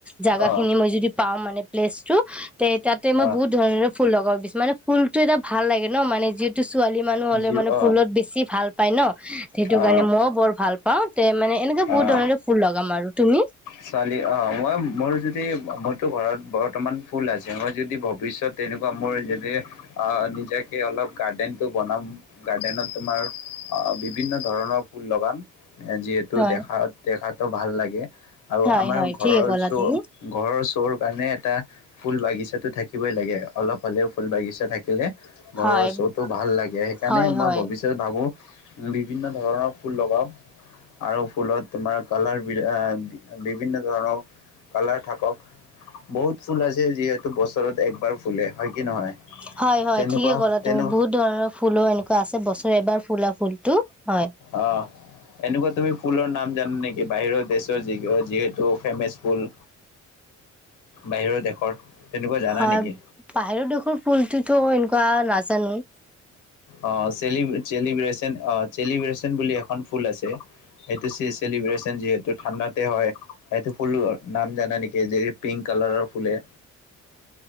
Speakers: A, in the centre; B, on the left.
A: জাগা
B: অ
A: খিনি মই যদি পাওঁ মানে? প্লেছ টু, তে', তাতে মই
B: অ
A: বহুত ধৰণৰ, ফুল লগাব দিছ, মানে ফুলটো এটা ভাল লাগে ন', মানে যিহেত? ছোৱালী মানুহ হ'লে
B: যি
A: মানে
B: অ
A: ফুলত বেছি ভাল পায় ন', সেইটো
B: অ
A: কাৰণে মইও বৰ ভাল পাওঁ তে', মানে। এনেকে বহুত
B: অ
A: ধৰণৰে ফুল লগাম আৰু, তুমি
B: ছোৱালী, অ', মই মোৰ য, যে মোৰতো ঘৰত বৰ্তমান ফুল আছে, মই', যদি ভৱিষ্যত তেনেকুৱা মোৰ যদি নিজাকে অলপ গাৰ্ডেনটো বনাম, গাৰ্ডেনত তোমাৰ বিভিন্ন ধৰণৰ ফুল লগাম টো
A: হয়
B: দেখাত-দেখাত। ত', ভাল লাগে। আৰু
A: হয়
B: আমাৰ
A: হয়
B: ঘৰৰ
A: ঠিকে ক'লা
B: শ্বো',
A: তুমি
B: ঘৰৰ শ্বৰ কাৰণে এটা, ফুল বাগিছাতো থাকিবই লাগে। অলপ হলেও ফুল বাগিছা থাকিলে ঘৰৰ
A: হয়
B: শ'টো ভাল লাগে সেইকাৰণে
A: হয়
B: মই
A: হয়
B: ভৱিষ্যত ভাবো, বিভিন্ন ধৰণৰ ফুল লগাও, আৰু ফুলত তোমাৰ কালাৰ বি বিভিন্ন ধৰণৰ কালাৰ থাকক, বহুত ফুল আছে যিহেতু বছৰত একবাৰ ফুলে হয় কি নহয়?
A: হয়', - হয়
B: তেনেকুৱা
A: ', ঠিকে ক'লা
B: তেনে
A: তুমি বহুত ধৰণৰ ফুলো এনেকুৱা আছে বছৰে এবাৰ ফুলা। ফুলটো, হয়
B: অ', এনেকুৱা। তুমি ফুলৰ নাম জানা নেকি? বাহিৰৰ দেশৰ? যি', যিহেতু ফেমাচ ফুল, বাহিৰৰ দেশৰ? তেনেকুৱা জানা
A: হয়',
B: নেকি
A: বাহিৰৰ দেশৰ ফুলটোতো এনেকুৱা নাচ, জানো,
B: অ', চেলিম চেলিব্ৰেচন? চেলিব্ৰেচন বুলি এখন ফুল আছে, এইটো চেলিব্ৰচন যিহেতু ঠাণ্ডাতে হয়', এইটো ফুল নাম জানা নেকি? যে ', পিংক কালাৰৰ ফুলে।